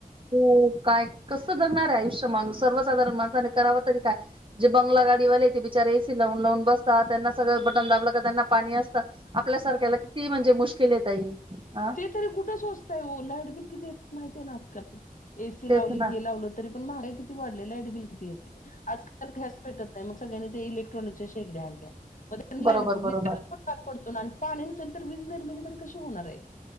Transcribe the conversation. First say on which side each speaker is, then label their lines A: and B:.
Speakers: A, on the right; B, on the left.
A: हो काय कस? जगणार आहे आयुष्य माणूस सर्वसाधण माणसा करावा तरी काय जे बंगला गाडीवाले ते बिचार एसी लाव बसता त्यांना सगळं बटन दाबलं त्यांना पाणी असत आपल्यासारख्याला किती म्हणजे मुशकील ये ताई अ
B: ते तरी कुठं सोचताय लॅटबिल किती येत माहितीय आहे ना आजकाल एसी
A: तेच
B: लावली
A: ना
B: घे लावलं तरी पण महागा किती वाढले लाईटबिल किती येते आजकाल घॅस भेटत नाही मग इलेक्ट्रॉनिक शेगड्या आणल्या <inaudible>
A: बरोबर बरोबर
B: पड पाणी नसेल तर वीज नििर्मिती तरी कशी होणार आहे.